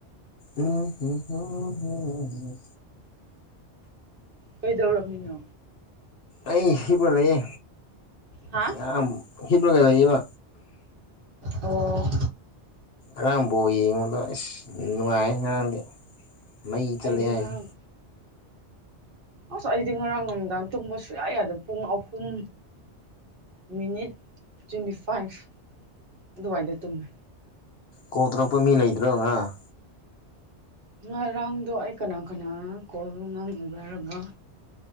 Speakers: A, on the left (about 65°); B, on the right (about 55°).
A: ꯎꯝꯝꯝ
B: ꯀꯩꯗꯧꯔꯔꯕꯃꯤꯅꯣ
A: ꯑꯩ ꯍꯕꯨ ꯂꯩꯌꯦ
B: ꯍꯥ
A: ꯑ ꯍꯤꯞꯂꯥꯏ ꯂꯩꯥꯛꯕ
B: ꯑꯣ
A: ꯉꯔꯥꯡ ꯕꯣꯜ ꯌꯦꯡꯉꯨꯗꯣ ꯏꯁ ꯅꯨꯡꯉꯥꯏ ꯉꯔꯥꯡꯗꯤ ꯃꯩ ꯆꯠꯂꯦ
B: ꯑꯩꯗꯤ
A: ꯍꯥꯏꯔꯤ
B: ꯉꯔꯥꯡ ꯑꯁ ꯑꯩꯗꯤ ꯉꯔꯥꯡ ꯅꯨꯃꯤꯗꯥꯡ ꯇꯨꯝꯕ ꯁꯨ ꯌꯥꯏ ꯌꯥꯗꯦ ꯄꯨꯡ ꯑꯍꯨꯝ ꯃꯤꯅꯤꯠ ꯇ꯭ꯋꯦꯟꯇꯤ ꯐꯥꯏꯚ ꯑꯗꯨꯋꯥꯏꯗ ꯇꯨꯝꯃꯦ
A: ꯀꯜ ꯇꯣꯔꯛꯄ ꯃꯤ ꯂꯩꯗ꯭ꯔꯣ ꯉꯥꯔꯥꯡ
B: ꯉꯔꯥꯡꯗꯣ ꯑꯩ ꯀꯅꯥ ꯀꯅꯥ ꯀꯣꯜ ꯉꯥꯡꯅꯒꯦ ꯍꯥꯏꯔꯒ